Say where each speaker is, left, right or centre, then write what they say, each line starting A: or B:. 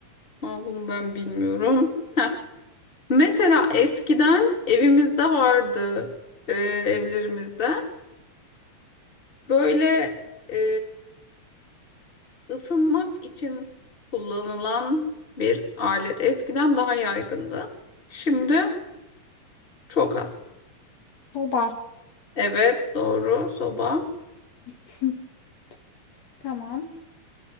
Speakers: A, on the left (about 20°); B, on the left (about 60°).
A: Ama bunu ben bilmiyorum. Mesela eskiden evimizde vardı e, evlerimizde. Böyle e, ısınmak için kullanılan bir alet. Eskiden daha yaygındı. Şimdi çok az.
B: Soba.
A: Evet, doğru. Soba.
B: <laughs> Tamam.